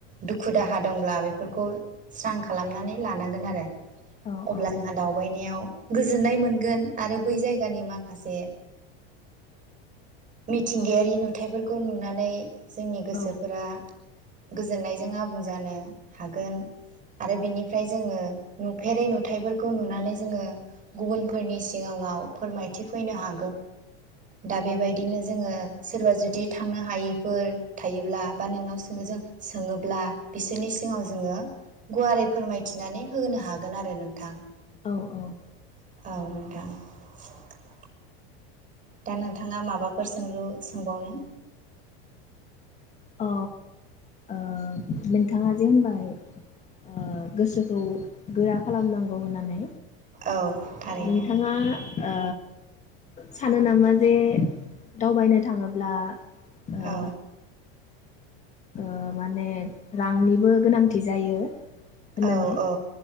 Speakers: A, on the right (about 25°); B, on the left (about 25°).
A: दुखु दाहा दंब्ला बेफोरखौ स्रां खालामनानै लानांगोन आरो
B: औ औ
A: अब्ला जोंहा दावबायनायाव गोजोननाय मोनगोन आरो बै जायगानि माखासे मिथिंगायारि नु थाइफोरखौ नुनानै जोंनि गोसोफोरा
B: औ
A: गोजोननायजों आबुं जानो हागोन आरो बिनिफ्राय जोङो नुफेरै नुथायफोरखौ नुनानै जोङो गुबुनफोरनि सिगाङाव दा बेबायदिनो जोङो सोरबा जु दि थांनो हायैफोर थायोब्ला बा नोंनाव सों जों सोङोब्ला बिसोरनि सिङाव जोङो गुवारै फोरमायथिनानै होनो हागोन आरो नोंथां
B: औ औ
A: औ <unintelligible> दा नोंथाङा माबाफोर सोंलु सोंबावनो?
B: औ ओ नोंथाङा जे होनबाय ओ गोसोखौ गोरा खालामनांगौ होननानै
A: औ थारैनो
B: नोंथांङा ओ सानो नामा जे दावबायनो थांङोब्ला ओ
A: औ
B: ओ माने रांनिबो गोनांथि जायो होननानै
A: औ औ